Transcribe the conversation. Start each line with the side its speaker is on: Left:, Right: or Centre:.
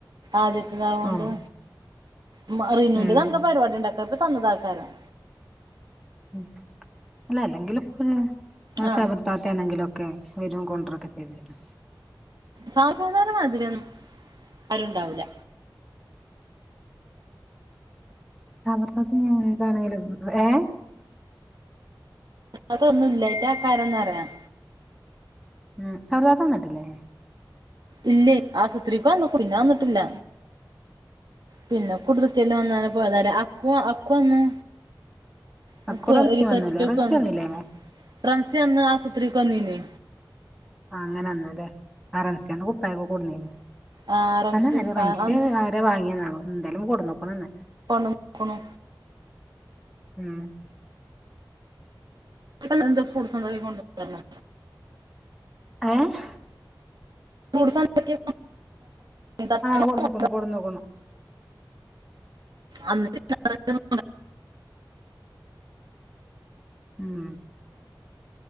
Right: ആദ്യത്തെതാവോണ്ട്
Centre: ഓഹ്
Right: മ്മ റിനൂന്റെ
Centre: ഉം
Right: എന്താ പരിപാടി ഇണ്ടാക്കാത്ത തന്നതാക്കാരം
Centre: ഉം അല്ല അല്ലെങ്കിലും പ്പ ഞ് മാസവണം
Right: ആ
Centre: ഇത്താത്ത ആണെങ്കിലൊക്കെ വെരും കൊണ്ടരൊക്കെ ചെയ്തിരുന്നു
Right: സാജുത്താനെ മാതിരൊന്നും ആരുണ്ടാവില്ല
Centre: അവർടാതെ ഞാൻ എന്താണെിലും ഏഹ്
Right: അതൊന്നും ഇല്ലായിട്ട് കാരംന്നറിയാം
Centre: ഉം സർവേ തന്നിട്ടില്ലേ
Right: ഇല്ലേ ആസൂത്രിക്ക് വന്ന പിന്നെ വന്നിട്ടില്ല പിന്നെ കുടുല്ല് ചെലവന്നാല പോയതല അക്കു അക്കു വന്നു അവക്കെ
Centre: അക്കു റംസി
Right: ഒരു സെറ്റപ്പ്
Centre: വന്നൂലേ റംസി
Right: ആന്ന്
Centre: വന്നില്ലേ
Right: പ്രാൻസി അന്ന് ആസുപത്രിക്ക് വന്നില്ലേ
Centre: അങ്ങനന്നല്ലേ ആഹ് റംസന്ന് കുപ്പക്ക കൂടുന്നന്
Right: ആഹ് റംസി
Centre: അത് നല്ലേ
Right: ഉപ്പ
Centre: റംസിയെ
Right: അന്ന്
Centre: വെറുതെ വാങ്ങിയാതവൊ എന്താലും കൊണ്ടു നോക്കണോന്ന്
Right: ക്ക്ണു
Centre: ഉം
Right: ട്ടൻ എന്ത് ഫ്രൂട്സ്സോണ്ടേലും കൊണ്ട് വരാന്
Centre: ഏഹ്
Right: മുറി സ്വന്ത <unintelligible>
Centre: ആ കൊടുന്നുക്കുണു കൊടുന്നുക്കുണു
Right: അന്നി <unintelligible> ക്ക്ണു
Centre: ഉം